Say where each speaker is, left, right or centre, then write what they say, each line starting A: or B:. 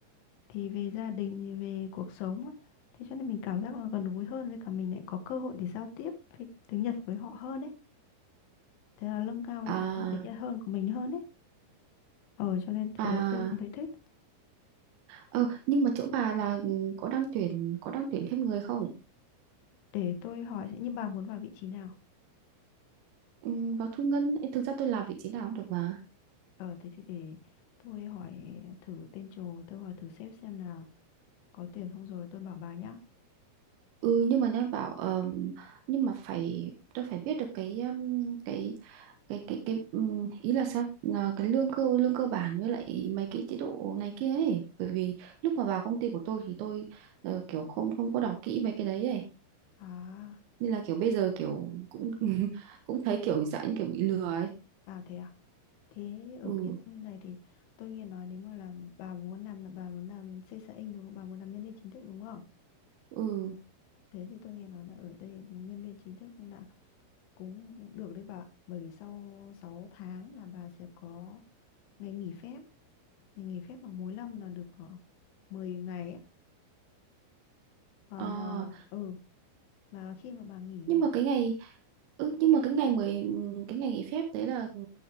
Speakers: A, on the left; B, on the right.
A: thì về gia đình về cuộc sống ấy. Thế cho nên mình cảm giác là gần gũi hơn với cả mình lại có cơ hội để giao tiếp với tiếng Nhật với họ hơn ấy. Thế là nâng cao cái
B: à
A: khả năng tiếng Nhật hơn của mình hơn ấy. Ờ cho nên
B: à
A: từ đấy tôi cũng thấy thích.
B: Ờ, nhưng mà chỗ bà là ừ, có đang tuyển có đang tuyển thêm người không?
A: Để tôi hỏi sẽ như bà muốn vào vị trí nào?
B: Ừ, vào thu ngân ấy, thực ra tôi làm vị trí nào cũng được mà.
A: Ờ thế thì để tôi hỏi thử tên trồ, tôi hỏi thử sếp xem là có tuyển không rồi tôi bảo bà nhá.
B: Ừ nhưng mà nhá bảo ờm, nhưng mà phải tôi phải biết được cái ừm, cái cái cái cái ừm, ý là sao Là cái lương cơ lương cơ bản với lại mấy cái chế độ này kia ấy. Bởi vì lúc mà vào công ty của tôi thì tôi ờ, kiểu không không có đọc kỹ mấy cái đấy ấy.
A: À
B: Nên là kiểu bây giờ kiểu cũng <laughs> cũng thấy kiểu dạng kiểu bị lừa ấy.
A: à thế à. Thế ở
B: Ừ
A: cái công ty này thì tôi nghe nói nếu mà làm bà muốn làm là bà muốn làm sales xã Inc đúng không? Bà muốn làm nhân viên chính thức đúng không?
B: ừ.
A: Thế thì tôi nghe nói là ở đây nhân viên chính thức là cũng được đấy bà Bởi vì sau 6 tháng là bà sẽ có ngày nghỉ phép. Ngày nghỉ phép mà mỗi năm là được ờ, 10 ngày ấy. Ờ,
B: Ờ
A: mà ừ mà khi mà bà nghỉ
B: nhưng mà cái ngày ừ, nhưng mà cái ngày mười cái ngày nghỉ phép đấy là ừ,